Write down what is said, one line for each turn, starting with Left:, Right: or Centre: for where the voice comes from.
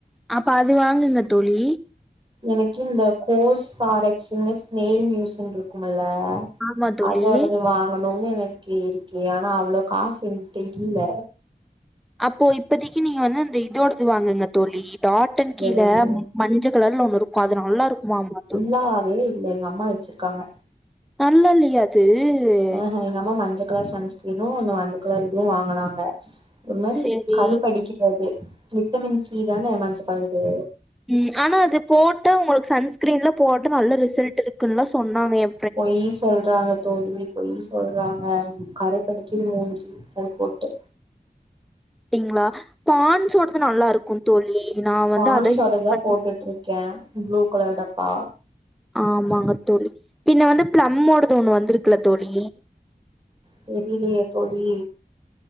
Centre: அப்ப அது வாங்குங்க தோழி
Right: எனக்கு இந்த கோஸ் சாரக்ஸ்ன்னு ஸ்னேல் மியூஸ்னு இருக்குமுல்ல
Centre: ஆமா தோழி
Right: அதோடது வாங்கணுனு எனக்கு இருக்கு ஆனா அவ்ளொ காசு எங்கிட்ட இல்ல
Centre: அப்போ இப்போதிக்கு நீங்க வந்து அந்த இதோடது வாங்குங்க தோழி டாட்டன் கீழ
Right: எதோடது
Centre: மஞ்ச கலர்ல ஒன்னு இருக்கு அது நல்லா இருக்குமாமா தோ
Right: டா அது இல்ல எங்க அம்மா வச்சுருக்காங்க
Centre: நல்லால்லைய தெரிலியே
Right: ஆஹ எங்க அம்மா மஞ்ச கலர் சன்ஸ்கிரீனு அந்த மஞ்ச கலரு இதுவு வாங்குனாங்க ஒரு மாரி
Centre: சேரி
Right: கருப்பு அடிக்குது அது விட்டமின் சி தானே மஞ்ச கலரு
Centre: ம் ஆனா அது போட்ட உங்களுக்கு சன்ஸ்கிரீன்ல போட்டு நல்ல ரிசல்ட் இருக்குன்னுலா சொன்னாங்க எ
Right: பொய் சொல்றாங்கத் தோழி பொய் சொல்றாங்க ம் கருப்படிக்குது மூஞ்சி அது போட்டு
Centre: டிங்ளா பான்ஸ்ஸோடது நல்லா இருக்கு தோழி நா
Right: பான்ஸ்ஸோடதா
Centre: வந்து அத யூஸ் பண்ணி
Right: போட்டுட்டுருக்கே ப்ளூ கலர் டப்பா
Centre: ஆமாங்க தோழி பின்ன வந்து ப்ளம்மோடது ஒன்னு வந்துருக்குல தோழி
Right: தெரிலியே தோழி